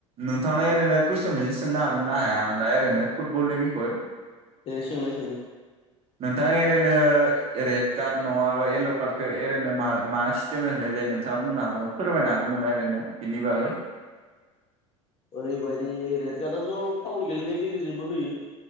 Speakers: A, on the right; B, on the left.
A: नोंथांना एरैनो <unintelligible> ना हाया आं दा ओरैनो फुटबलनि बिखय
B: दे सोंलाय
A: नोंथां ओरैनो रेड कार्ड नङाबा येल' कार्डखौ ओरैनो मा मा सि्टेम होनाय जायो नोंथाङा बुंनो हागोन न फोरमायनो हागोन नामा ओरैनो बिनि बागै
B: ओरैबायदि रेड गार्डआथ' फावउल गेलेनायनि गेजेरजोंबो होयो